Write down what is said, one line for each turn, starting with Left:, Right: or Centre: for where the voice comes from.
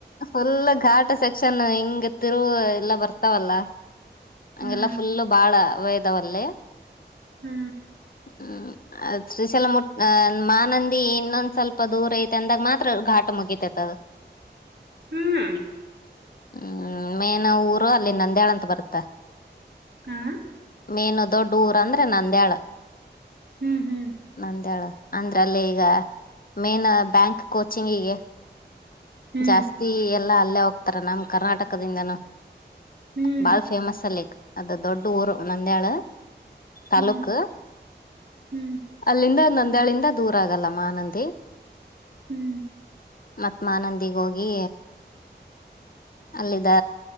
Left: ಫುಲ್ ಗೇಟ್ ಸೆಕ್ಷನ್ ಹಿಂಗ ಗತ್ತಿರು ಎಲ್ಲ ಬರ್ತಾವಲ್ಲ ಹಂಗೆಲ್ಲಾ
Right: ಹ್ಮ್
Left: ಫುಲ್ಲು ಬಾಳವ <unintelligible> ಾವಲ್ಲಯ
Right: ಹ್ಮ್
Left: ಹ್ಮ್ ಅದಶಲ ಮುಟ್ ಮಾನಂದಿ ಇನ್ನೊಂದ್ ಸ್ವಲ್ಪ ದೂರ ಐತೆ ಅಂದಾಗ ಮಾತ್ರ ಘಾಟ ಮುಗಿತೈತ್ ಅದು
Right: ಹ್ಮ್
Left: ಹ್ಮ್ ಮೇನ್ ಊರು ಅಲ್ಲಿ ನಂದ್ಯಾಾಳ್ ಅಂತ ಬರುತ್ತ
Right: ಹ್ಮ
Left: ಮೇನ್ ದೊಡ್ಡ ಊರ ಅಂದ್ರೆ ನಂದ್ಯಾಾಳ
Right: ಹ್ಮ್ ಹ್ಮ್
Left: ನಂದ್ಯಾಳ ಅಂದ್ರ ಅಲ್ಲಿ ಈಗ ಮೇನ್ ಬ್ಯಾಂಕ್ ಕೋಚಿಂಗ್ಗೆ
Right: ಹ್ಮ್
Left: ಜಾಸ್ತಿ ಎ ಅಲ್ಲ ಅಲ್ಲ ಹರ ನಮ ಕರ್ನಾಟಕದಿಂದನ
Right: ಹ್ಮ್
Left: ಬಾಳ್ ಫೇಮಸ್ ಲೇಕ್ ಅದು ದೊಡ್ಡ ಊರು ನಂದ್ಯಾಳು ತಾಲೂಕ್
Right: ಹ್ಮ್ ಹ್ಮ್
Left: ಅಲ್ಲಿಂದ ನಂದು ಇದಳಿಂದ ದೂರ ಆಗಲ್ಲ ಮಾನಂದಿ
Right: ಹ್ಮ್
Left: ಮತ್ ಮಾನಂದಿಗ್ ಹೋಗಿ ಅಲ್ಲಿಿದ್ದ